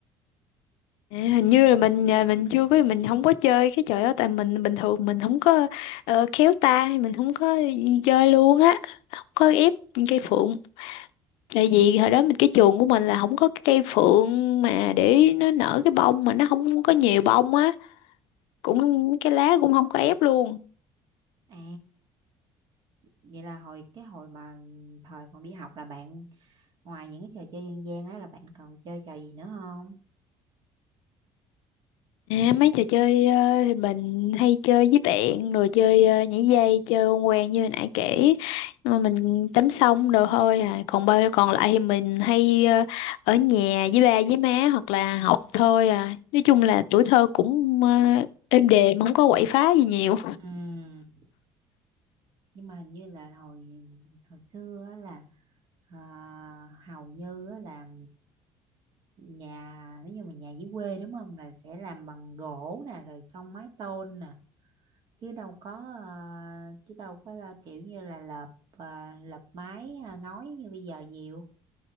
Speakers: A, on the left (about 85°); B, on the right (about 60°).
A: à, hình như là mình à, mình chưa có mình không có chơi cái trò đó tại mình bình thường mình không có ờ, khéo tay mình không có chơi luôn á không có ép cây phượng tại vì hồi đó mình cái chuồng của mình là không có cái cây phượng mà để nó nở cái bông mà nó không có nhiều bông á cũng cái lá cũng không có ép luôn
B: à vậy là hồi cái hồi mà thời còn đi học là bạn ngoài những cái trò chơi dân gian đó là bạn còn chơi trò gì nữa không
A: À, mấy trò chơi ờ, thì mình hay chơi với bạn rồi chơi ờ, nhảy dây chơi con quen như hồi nãy kể nhưng mà mình tắm xong rồi thôi à còn bao còn lại thì mình hay ờ, ở nhà với ba với má hoặc là học thôi à nói chung là tuổi thơ cũng ờ, êm đềm không có quậy phá gì nhiều
B: ừ nhưng mà hình như là hồi hồi xưa á là à, hầu như á là nhà nếu như mà nhà dưới quê đúng không là sẽ làm bằng gỗ nè rồi xong mái tôn nè chứ đâu có à, chứ đâu có là kiểu như là lợp à, lợp mái à, ngói như bây giờ nhiều